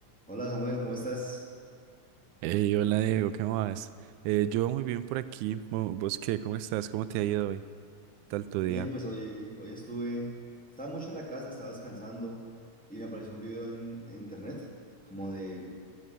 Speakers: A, in the centre; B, on the right.
A: Hola Samuel, ¿cómo estás?
B: Hey, hola Diego, ¿qué más? Eh, yo muy bien por aquí. Mo- ¿Vos qué? ¿Cómo estás? ¿Cómo te ha ido hoy? ¿Tal tu
A: Bien,
B: día?
A: pues hoy, hoy estuve, estaba mucho en la casa, estaba descansando y me apareció un video en, en internet como de